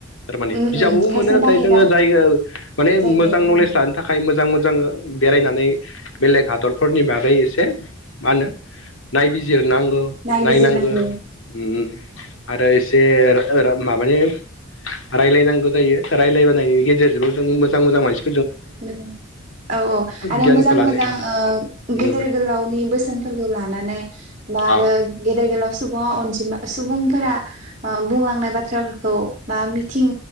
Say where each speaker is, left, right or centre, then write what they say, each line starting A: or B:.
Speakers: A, on the left; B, on the right.
A: थारमाने
B: उम
A: बिजाबावबो
B: उम खायसे
A: मोनो नाथाय
B: बाहेरा
A: जोङो जाय ओ माने
B: जायगायाव
A: मोजां नलेज लानो थाखाय मोजां मो जांङो बेरायनानै बेलेग हादरफोरनि बागै एसे मा होनो नायबिजिर नांगौ
B: नायबिजिरनांगौ
A: नायनांगो उम आरो एसे रा <unintelligible> माबानि रायलायनांगौ जायो ओ रायलायबानायनि गेजेरजोंबो जों मोजां मोजां मानसि
B: मोजां औ-औ आरो
A: गियानखौ
B: मोजां-मोजां
A: लानो हायो
B: ओ
A: उम
B: गेदेर गोलावनि बोसोनफोरखौ लानानै बा
A: अ
B: आरो
A: उम
B: गेदेर गोलाव सुबुङा अनजिमा सुबुंफोरा ओ बुंलांनाय बाथ्रा <unintelligible> खौ बा मिथिं